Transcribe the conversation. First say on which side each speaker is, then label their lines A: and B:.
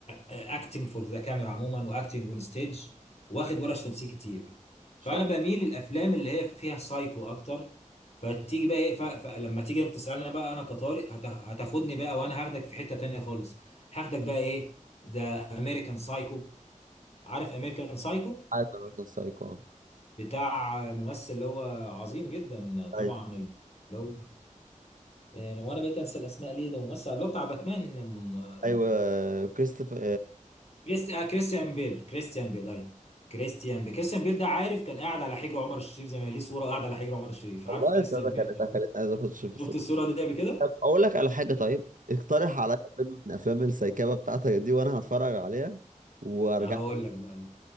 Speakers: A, on the left (about 50°); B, on the right (about 75°).
A: اكتنج فور ذا كاميرا عموما واكتنج اون ستيج واخد ورش تمثيل كتير
B: شاء
A: فانا
B: الله
A: بميل للافلام اللي هي فيها سايكو اكتر فتيجي بقى ايه ف- فلما تيجي انت تسالنا بقى انا كطارق هت- هتاخدني بقى وانا هاخدك في حته تانية خالص هاخدك بقى ايه ذا امريكان سايكو عارف امريكان سايكو
B: عارف امريكان سايكو
A: بتاع ممثل اللي هو عظيم جدا طبعا
B: ايوه
A: اللي هو آه، وانا بقيت انسى الاسماء ليه ده ممثل اللي هو بتاع باتمان م-
B: ايوه كريستوفر
A: كريست... آه كريستيان بيل كريستيان بيل ايوه كريستيان بيل كريستيان بيل ده عارف كان قاعد على حجر عمر الشريف زمان ليه صوره قاعد على حجر عمر الشريف
B: والله
A: عارف كريستيان
B: السعودية
A: بيل
B: خلتها
A: ده
B: خلتني عايز اخد شيف
A: شفت
B: الصراحة
A: الصوره دي قبل كده
B: طب اقول لك على حاجة طيب اقترح عليا فيلم من افلام السيكابة بتاعتك دي وانا هتفرج عليها وارجع
A: هقول
B: لك.
A: لك بقى